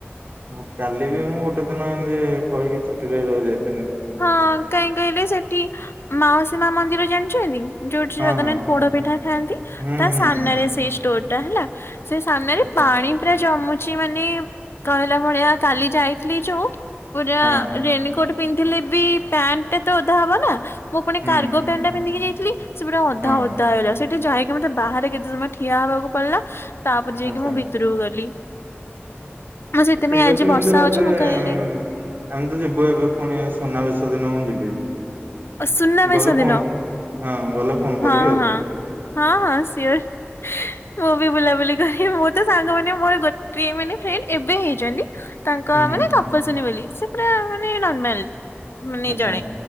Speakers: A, on the right; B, on the left.
A: ହଁ କାଲି ବି ମୁଁ ଗୋଟେ ଦିନ ଏମିତି କହିକି ଛୁଟିରେ ରହି ଯାଇଥିଲି।
B: ହଁ କାଇଁ କହିଲେ ସେଠି ମାଉସୀମା ମନ୍ଦିର ଜାଣିଛନ୍ତି? ଯୋଉଠି
A: ହଁ
B: ଜଗନ୍ନାଥ
A: ହଁ
B: ପୋଡ ପିଠା ଖାଆନ୍ତି
A: ହୁଁ
B: ତା
A: ହୁଁ
B: ସାମ୍ନାରେ
A: ହୁଁ
B: ସେଇ ଷ୍ଟୋର ଟା ହେଲା ସେ ସାମ୍ନାରେ
A: ଆଚ୍ଛା
B: ପାଣି ପୁରା ଜମୁ ଚି ମାନେ କହିଲା ଭଳିଆ କାଲି ଯାଇଥିଲି ଯୋଉ ପୁରା
A: ହଁ
B: ରେନିକୋଟ ଥିଲେ ବି ପ୍ୟାଣ୍ଟ ଟା ତ ଓଦା ହବ ନା ମୁଁ ପୁଣି
A: ହୁଁ
B: କାର୍ଗୋ ପ୍ୟାଣ୍ଟଟା ପିନ୍ଧିକି ଯାଇଥିଲି ସେ ପୁରା ଅଧା
A: ହଁ
B: ଓଦା ହେଇଗଲା ସେ ଯାଇକି ମତେ ବାହାରେ କେତେ ସମୟ ଠିଆ ହବାକୁ ପଡିଲା ତାପରେ ଯାଇକି
A: ଆଚ୍ଛା।
B: ମୁଁ ଭିତରକୁ ଗଲି ମୁଁ ସେଥିପାଇଁ
A: ଠିକ
B: ଆଜି
A: ଅଛି ମୁଁ
B: ବର୍ଷା
A: ତ ଏବେ
B: ହଉଛି ମୁଁ କହିଲି
A: ଆମେ ତ ଯିବୁ ଏବେ ଫୁଣି ସୁନାବେଶ ଦିନ ମୁଁ ଯିବି।
B: ସୁନା ବେଶ
A: ଗଲେ ଫୋନ
B: ଦିନ?
A: ହଁ ଗଲେ ଫୋନ
B: ହଁ
A: କରିବି ଆଉ।
B: ହଁ ହଁ ହଁ ସିଓର ମୁଁ ବି ବୁଲାବୁଲି କରିବି ମୁଁ ତ ସାଙ୍ଗ ମାନେ ମୋର ଗୋଟିଏ ମାନେ ଫ୍ରେଣ୍ଡ ଏବେ ହେଇଛନ୍ତି ତାଙ୍କ
A: ହୁଁ ହୁଁ
B: ମାନେ ତପସ୍ଵିନି ବୋଲି ସେ ପୁରା ମାନେ ନର୍ମାଲ ମାନେ
A: ଆଚ୍ଛା
B: ଜଣେ